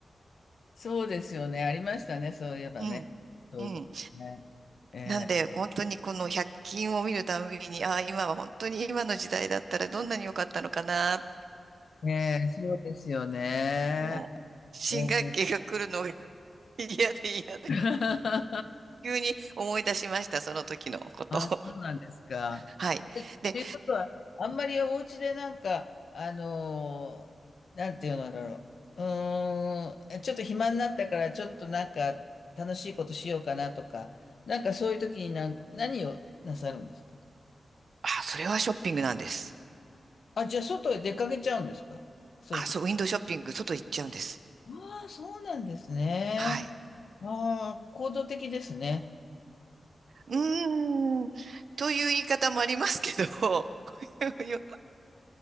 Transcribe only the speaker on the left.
そうですよね。ありましたね。そういえばね。
そういうことね。
ええ
ええ、そうですよね。
ええ
<laughs>
あそうなんですか。
えっていうことは、
あんまりお家でなんか、あのーなんていうのだろう。うーん、えちょっと暇になったから、ちょっとなんか楽しいことしようかなとか、なんかそういう時にな、何をなさるんですか
あ、じゃあ外へ出かけちゃうんですかそういう時。
ああ、そうなんですね。
ああ、行動的ですね。